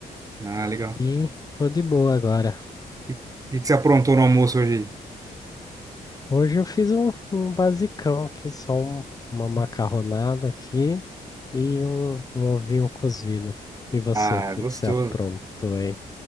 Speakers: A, on the right; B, on the left.
A: Ah, legal.
B: E tô de boa agora.
A: E o que, que você aprontou no almoço hoje aí?
B: Hoje eu fiz um, um basicão aqui, só um- uma macarronada aqui e um, um ovinho cozido. E você,
A: Ah,
B: o que
A: gostoso.
B: que você aprontou aí?